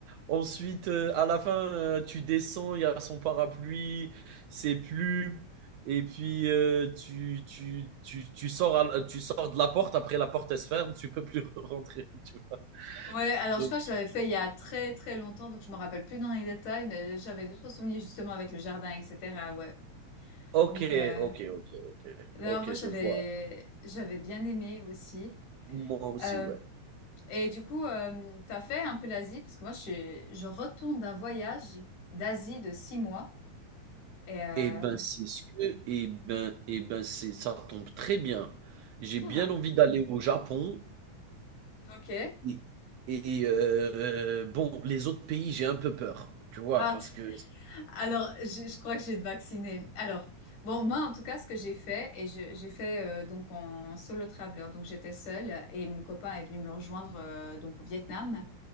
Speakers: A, on the right (about 75°); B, on the left (about 80°).
A: ensuite, heu, à la fin, heu, tu descends, il y a son parapluie, ses plumes et puis, heu, tu tu tu tu sors à la tu sors de la porte, après la porte, elle se ferme, tu peux plus <laughs> rentrer, tu vois?
B: Ouais, alors
A: Donc
B: je crois que je l'avais fait il y a très très longtemps, donc je me rappelle plus dans les détails, mais j'avais d'autres souvenirs justement avec le jardin, etc. Ouais.
A: OK,
B: Donc euh,
A: OK, OK, OK,
B: non,
A: OK,
B: moi j'avais
A: je vois.
B: j'avais bien aimé aussi.
A: Moi aussi,
B: Euh,
A: ouais.
B: et du coup, euh, t'as fait un peu l'Asie parce que moi je suis je retourne d'un voyage d'Asie de six mois et euh,
A: Et ben, c'est ce que et ben et ben, c'est ça tombe très bien. J'ai bien
B: Ah.
A: envie d'aller au Japon
B: ok.
A: et et et bon, les autres pays, j'ai un peu peur, tu vois?
B: Ah,
A: Parce que
B: Alors, je, je crois que j'ai été vaccinée. Alors, bon, moi, en tout cas, ce que j'ai fait, et je- j'ai fait euh, donc en solo traveler, donc j'étais seule et mon copain est venu me rejoindre euh, donc au Vietnam.